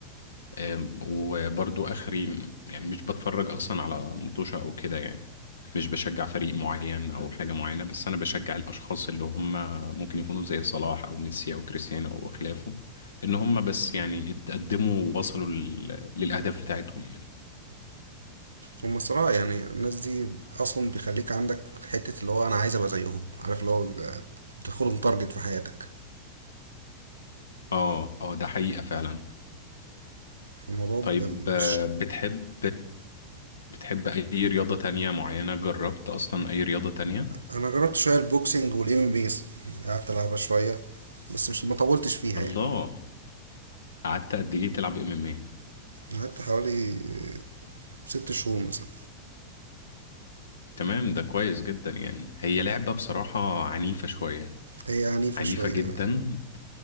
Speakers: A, on the left (about 70°); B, on the right (about 75°).
A: آم، وبرضو اخري يعني مش بتفرج اصلا على مطوشه او كده يعني مش بشجع فريق معين او حاجه معينه بس انا بشجع الاشخاص اللي هم ممكن يكونوا زي صلاح او ميسي او كريستيانو او خلافه ان هم بس يعني اتقدموا ووصلوا لل- للاهداف بتاعتهم يعني
B: هم صراحة يعني الناس دي أصلا بيخليك عندك حتة اللي هو أنا عايز أبقى زيهم عارف اللي هو بتاخدهم تارجت في حياتك
A: اه اه ده حقيقه فعلا
B: فالموضوع ب-
A: طيب آه،
B: مش
A: بتحب بتحب أي رياضة تانية معينة جربت أصلا أي رياضة تانية
B: أنا جربت شوية البوكسنج والإم ام بيز قعدت ألعبها شوية بس مش ما طولتش فيها
A: الله
B: يعني
A: قعدت قد إيه تلعب ام ام ايه
B: قعدت حوالي ست شهور مثلا
A: تمام ده كويس جدا يعني هي لعبة بصراحة عنيفة شوية
B: هي عنيفة
A: عنيفة
B: شوية
A: جدا